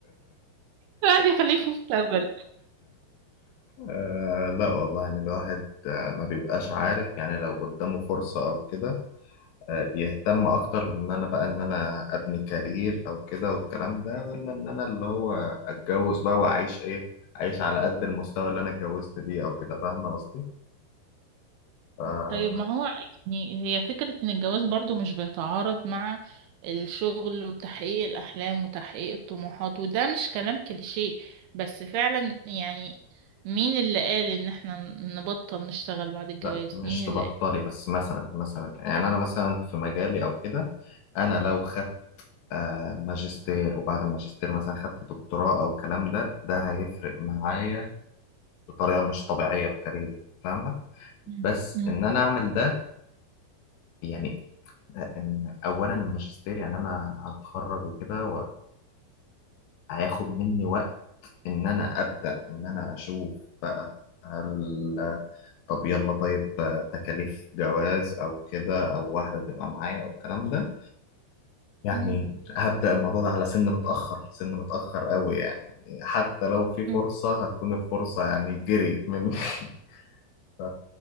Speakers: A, on the right; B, on the left.
A: كل واحد يخليه في مستقبله
B: آه لا والله يعني الواحد آه، ما بيبقاش عارف يعني لو قدامه فرصة أو كده آه، يهتم اكتر ان انا بقى ان انا ابني كارير او كده والكلام ده ولا ان انا اللي هو اتجوز بقى واعيش ايه اعيش على قد المستوى اللي انا اتجوزت بيه او كده فاهمه قصدي ف
A: طيب ما هو يعني هي فكرة ان الجواز برضو مش بيتعارض مع الشغل وتحقيق الاحلام وتحقيق الطموحات وده مش كلام كليشيه بس فعلا يعني مين اللي قال ان احنا نبطل نشتغل بعد الجواز
B: لا مش
A: مين
B: تبطلي
A: اللي قال
B: بس مثلا مثلا يعني انا مثلا في مجالي او كده انا لو خدت آه، ماجستير وبعد الماجستير مثلا خدت دكتوراه او الكلام ده ده هيفرق معايا بطريقه مش طبيعيه في كاريري فاهمه
A: مم.
B: بس
A: مم.
B: ان انا اعمل ده يعني ان اولا الماجستير يعني انا هتخرج وكده وهياخد مني وقت ان انا ابدا ان انا اشوف بقى هل طب يلا طيب تكاليف جواز او كده او واحده تبقى معايا او الكلام ده يعني
A: مم.
B: هبدا الموضوع ده على سن متاخر سن متاخر قوي يعني يعني حتى لو في فرصه
A: مم.
B: هتكون الفرصه يعني جريت مني <laughs> ف